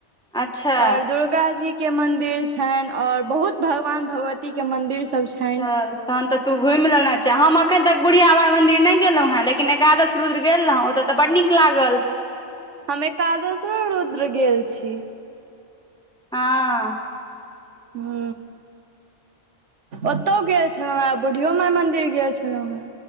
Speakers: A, in the centre; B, on the right (about 70°).
A: अच्छा
B: ओर दुर्गजीके मंन्दिर छै आऔर बहुत भगवान भगवती के मंदिर सभ छैन।
A: चल तहन तऽ तू घुमि लेने छै हम एखन तक बुढ़िया बाई मन्दिर नहि गेलहु हे लेकिन एकादश रुद्र गेल रहौ ओत तऽ बड्ड निक लागल।
B: हम एकादश रुद्र गेल छी।
A: हँ।
B: हू। ओतौ गेल छलौ हे बुढ़ियो बाई मंदिर गेल छलौ हे